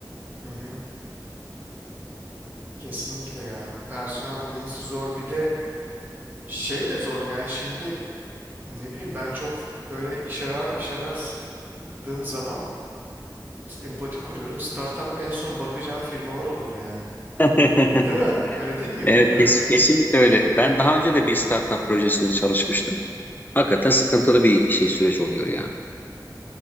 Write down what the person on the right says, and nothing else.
Hı hı. Kesinlikle ya. Personel bulunması zor bir de şey de zor yani şimdi ne bileyim ben çok böyle iş arar iş aradığım zaman mesela empati kuruyorum. Startup en son bakacağım firmalar olur yani.
Değil mi? Öyle değil mi?
Bilmiyorum.